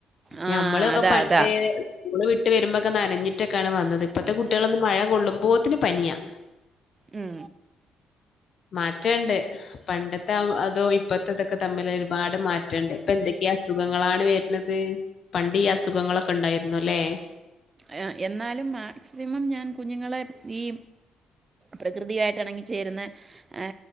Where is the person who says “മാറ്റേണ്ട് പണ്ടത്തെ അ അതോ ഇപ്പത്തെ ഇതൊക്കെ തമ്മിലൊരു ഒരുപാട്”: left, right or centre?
Left